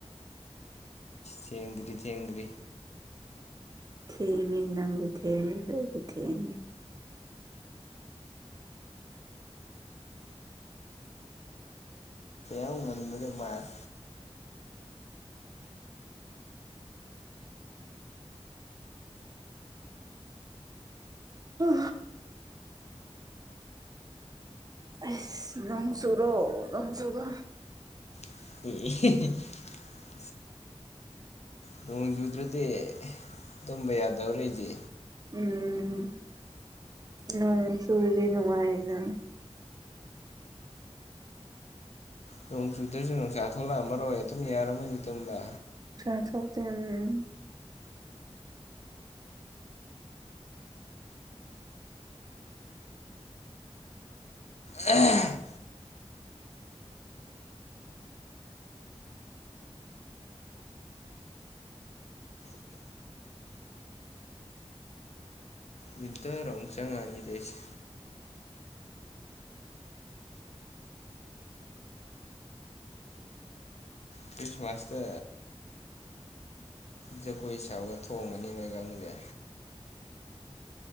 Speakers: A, on the left; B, on the right.
A: ꯊꯦꯡꯗ꯭ꯔꯤ ꯊꯦꯡꯗ꯭ꯔꯤ
B: ꯊꯦꯡꯉꯦ ꯅꯪꯒꯤ ꯊꯦꯡꯉꯦ ꯐꯔꯒꯤ ꯊꯦꯡꯉꯦ
A: ꯑꯎ ꯉꯕꯗꯤ ꯃꯥꯔ
B: ꯍ ꯑꯦ ꯅꯪꯁꯨꯨꯔꯣ ꯅꯪꯁꯨꯨꯔꯣ
A: <unintelligible> ꯅꯣꯡꯖꯨꯗ꯭ꯔꯗꯤ ꯑꯗꯨꯝꯕ ꯌꯥꯗꯧꯔꯦꯁꯦ
B: ꯎꯝ ꯅ ꯁꯨꯏꯕꯤꯅꯅꯨꯡꯉꯥꯏꯅ
A: ꯅꯣꯡ ꯆꯨꯗ꯭ꯔꯁꯨ ꯅꯨꯡꯁꯥ ꯊꯣꯛꯂꯛꯑꯝꯃꯔꯣꯏ ꯍ ꯑꯗꯨꯝ ꯌꯥꯔꯝꯃꯅꯤ ꯇꯝꯕ
B: ꯁꯥ ꯆꯗ ꯎꯝ
A: ꯑ ꯕꯤꯟꯗꯔ ꯔꯣꯣꯡꯆꯪ ꯑꯅꯤꯗꯦꯁ ꯐꯤꯁꯃꯁꯇ ꯖꯒꯣꯏ ꯁꯒ ꯊꯣꯡꯉꯅꯤꯅꯒꯪꯁꯦ